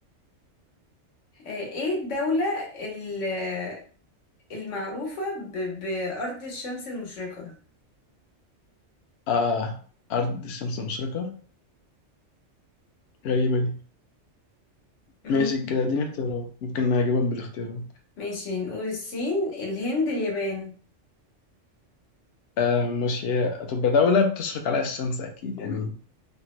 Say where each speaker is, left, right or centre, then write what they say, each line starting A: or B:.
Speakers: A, on the left (about 80°); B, on the left (about 65°).
A: آه، ايه الدولة ال- آه، المعروفة ب- بأرض الشمس المشرقة
B: اه ارض الشمس المشرقه غريبه دي
A: مم.
B: ماشي كده اديني اختيارات ممكن نجيبهم بالاختيارات
A: ماشي نقول الصين الهند اليابان
B: آه مش هي هتبقى دوله بتشرق عليها الشمس اكيد يعني